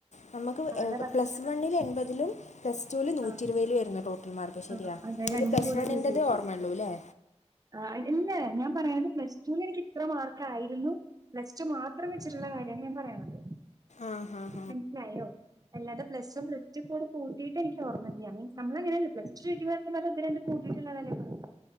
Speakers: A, on the left (about 80°); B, on the right (about 30°).
A: നമുക്ക്
B: അതാ പറഞ്ഞെ
A: പ്ലസ് വണ്ണിൽ എൺപതിലും പ്ലസ് ടുവിൽ നൂറ്റി
B: ആഹ്
A: ഇരുപതിലുവാരുന്നു ടോട്ടൽ മാർക്ക് ശരിയാ
B: ആഹ് അതെ
A: അതിൽ
B: രണ്ടും
A: പ്ലസ്
B: കൂടി
A: വണ്ണിൻ്റെത്
B: കൂട്ടിയിട്ട്
A: ഓമ്മയള്ളൂ അല്ലേ
B: ആഹ് ഇല്ല ഞാൻ പറയണത് പ്ലസ്ടു വിൽ എനിക്ക് ഇത്ര മാർക്ക് ആയിരുന്നു പ്ലസ് ടു മാത്രം വച്ചിട്ടുള്ള കാര്യ ഞാൻ പറയണത്
A: ആഹ് ആഹ്
B: മനസിലായോ അല്ലാതെ പ്ലസ് വൺ പ്ലസ് ടു കൂടി കൂട്ടിട്ട് എനിക്ക് ഓർമയില്ല <unintelligible> കൂട്ടീട്ടുള്ളതല്ലേ പറഞ്ഞ